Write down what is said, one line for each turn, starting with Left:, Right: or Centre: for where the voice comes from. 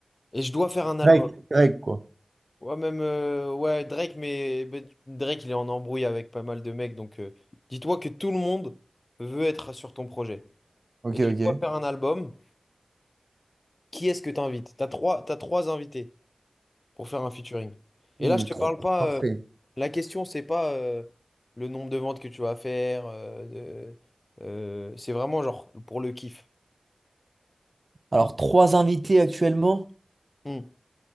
Left: Et je dois faire un album.
Right: Greg, Greg, quoi.
Left: Ouais, même, euh, ouais, Drake, mais mais Drake, il est en embrouille avec pas mal de mecs, donc euh, dis-toi que tout le monde veut être sur ton projet.
Right: Ok,
Left: Et tu
Right: ok.
Left: dois faire un album, qui est-ce que t'invites? T'as trois, t'as trois invités. pour faire un featuring. Et
Right: Ouh,
Left: là, je te
Right: trop
Left: parle pas.
Right: parfait.
Left: euh, la question, c'est pas euh, le nombre de ventes que tu vas faire. euh, de- euh, c'est vraiment genre pour le kiff.
Right: Alors, trois invités actuellement.
Left: Hmm.